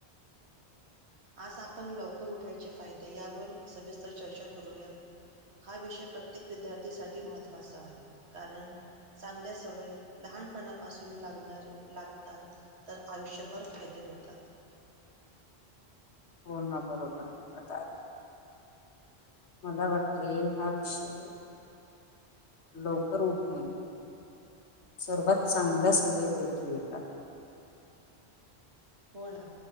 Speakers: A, on the right; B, on the left.
A: आज आपण लवकर उठायचे फायदे यावर सविस्तर चर्चा करूया. हा विषय प्रत्येक विद्यार्थी साठी महत्वाचा आहे, कारण चांगल्या सवयी लहान लहानपणा पासून लागणार लागतात, तर आयुष्यभर फायदे होतात.
B: हो, ना बरोबर बोलत आहे. मला वाटते, हा विषय लवकर उठणे सर्वात चांगल्या सवयीपैकी एक आहे.
A: <inaudible> हो, ना